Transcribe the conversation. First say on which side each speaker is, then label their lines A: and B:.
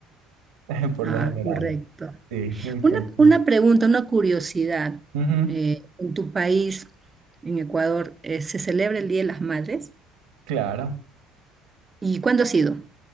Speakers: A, on the right (about 85°); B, on the right (about 25°).
A: <laughs> por
B: Ah,
A: lo general.
B: correcto.
A: Sí, exacto.
B: Una, una pregunta, una curiosidad.
A: Ujú,
B: Eh, en tu país, en Ecuador, eh, ¿se celebra el Día de las Madres?
A: claro,
B: ¿Y cuándo ha sido?